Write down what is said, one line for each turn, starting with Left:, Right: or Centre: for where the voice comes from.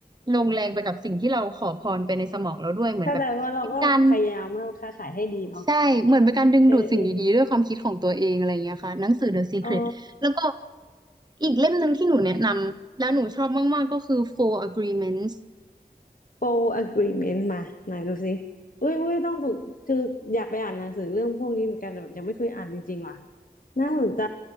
Right: ลงแรงไปกับสิ่งที่เราขอพรไปในสมองเราด้วยเหมือนแบบเป็นการ
Left: เข้าใจว่าเราก็พยายามทาค้าขายให้ดีเนาะ
Right: ใช่เหมือนเป็นการดึงดูดสิ่งดีๆด้วยความคิดของตัวเองอะไรอย่างเงี้ยค่ะหนังสือ
Left: เออเออเออ
Right: The Secret
Left: อ๋อ
Right: แล้วก็อีกเล่มหนึ่งที่หนูแนะนำแล้วหนูชอบมากๆก็คือ Four Agreements
Left: full agreement มาไหนดูสิอุ้ยอุ้ยต้องถูกคืออยากไปอ่านหนังสือเรื่องพวกนี้เหมือนกันแต่แบบยังไม่เคยอ่านจริงๆว่ะน่าสนใจ